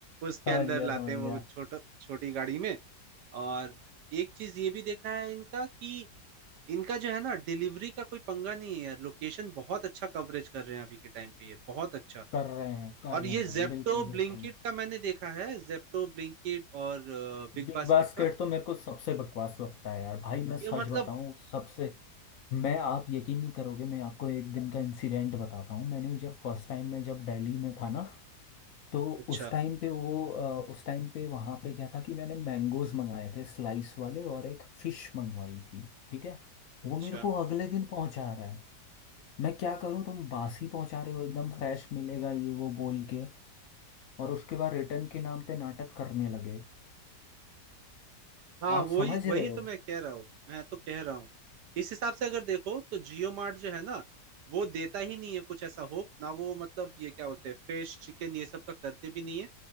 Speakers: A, on the right; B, on the left.
A: उसके
B: समझ
A: अंदर
B: गया
A: लाते
B: समझ
A: हैं
B: गया
A: वो छोटा छोटी गाड़ी में और एक चीज ये भी देखा है इनका कि इनका जो है ना डिलीवरी का कोई पंगा नहीं है यार लोकेशन बहुत अच्छा कवरेज कर रहे हैं अभी के टाइम पे ये बहुत अच्छा
B: कर रहे हैं कर
A: और
B: रहे
A: ये
B: हैं
A: जेप्टो
B: बिल्कुल
A: ब्लिंकिट
B: बिल्कुल
A: का मैंने देखा है जेप्टो ब्लिंकिट और बिग
B: बिग
A: बास्केट
B: बास्केट
A: का
B: तो मेरे को सबसे बकवास लगता है यार भाई मैं सच
A: ये मतलब
B: बताऊं सबसे मैं आप यकीन नहीं करोगे मैं आपको एक दिन का इंसिडेंट बताता हूँ मैंने जब फर्स्ट टाइम मैं जब दिल्ली में था ना तो
A: अच्छा
B: उस टाइम पे वो अ, उस टाइम पे वहाँ पे क्या था कि मैंने मैंगोज मंगाए थे स्लाइस वाले और एक फिश मंगवाई थी ठीक है
A: अच्छा
B: वो मेरे को अगले दिन पहुंचा रहा है मैं क्या करूँ तुम बासी पहुंचा रहे हो एकदम फ्रेश मिलेगा ये वो बोल के और उसके बाद रिटर्न के नाम पे नाटक करने लगे
A: हाँ
B: आप
A: वही
B: समझ
A: वही
B: रहे हो
A: तो मैं कह रहा हूँ मैं तो कह रहा हूँ इस हिसाब से अगर देखो तो जियो मार्ट जो है ना वो देता ही नहीं है कुछ ऐसा होप ना वो मतलब ये क्या बोलते हैं फिश चिकन ये सब का करते भी नहीं है